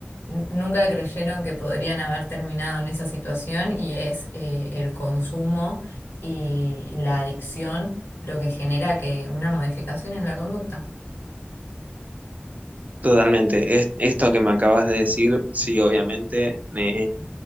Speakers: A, on the left (about 70°); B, on the right (about 40°).
A: n- nunca creyeron que podrían haber terminado en esa situación y es eh, el consumo y la adicción lo que genera que una modificación en la conducta.
B: Totalmente. Es, esto que me acabas de decir, sí, obviamente. eh,